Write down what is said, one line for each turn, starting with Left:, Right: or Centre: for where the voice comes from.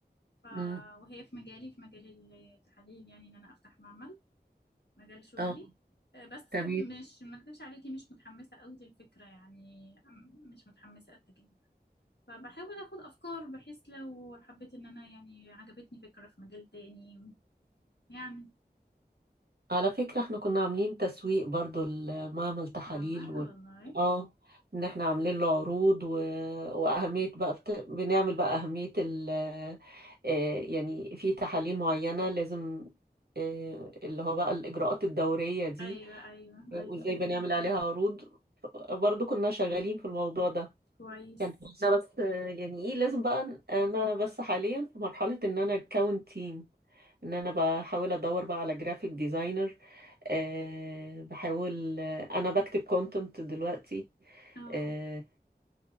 Left: ف
Right: امم
Left: وهي في مجالي في مجال التحاليل يعني إن أنا أفتح معمل مجال شغلي
Right: اه
Left: أه، بس
Right: تمام
Left: مش ما أكدبش عليكي مش متحمسة قوي للفكرة يعني أم، مش متحمسة قد كده فبحاول أخد أفكار بحيث لو حبيت إن أنا يعني عجبتني فكرة في مجال تاني يعني
Right: على فكرة احنا كنا عاملين تسويق برضو لمعمل تحاليل
Left: معمل
Right: و...
Left: والله
Right: اه ان احنا عاملين له عروض و... واهمية بقى بت... بنعمل بقى اهمية ال... آه يعني في تحاليل معينة لازم آه اللي هو بقى الاجراءات الدورية دي
Left: أيوه أيوه
Right: آه،
Left: أيوه
Right: وازاي بنعمل عليها عروض برضو كنا شغالين في الموضوع ده
Left: كويس
Right: كان احنا بس آه، يعني ايه لازم بقى انا بس حاليا في مرحلة ان انا اكون تيم ان انا بحاول ادور بقى على جرافيك ديزاينر أه بحاول آه، انا بكتب كونتنت دلوقتي
Left: اه
Right: أه